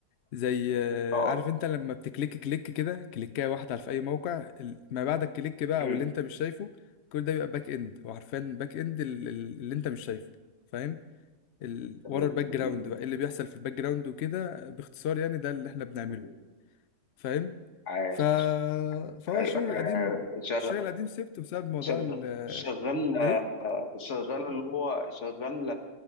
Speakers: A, on the left; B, on the left.
A: زي آه،
B: اه
A: عارف انت لما بتكليك كليك كده كليكايه واحده في اي موقع ال- ما بعد الكليك بقى
B: أمم.
A: او اللي انت مش شايفه كل ده بيبقى باك اند وعارفين باك اند ال- ال- اللي انت مش شايفه فاهم ال...
B: جميل
A: ورا الباك جراوند
B: جميل
A: بقى ايه اللي بيحصل في الباك جراوند وكده باختصار يعني ده اللي احنا بنعمله
B: أمم.
A: فاهم
B: عاش
A: ف... فهو
B: ايوه
A: الشغل القديم
B: آه، شغال
A: الشغل القديم سبته بسبب موضوع
B: شغال
A: ال
B: شغال
A: ايه
B: شغال اللي هو شغال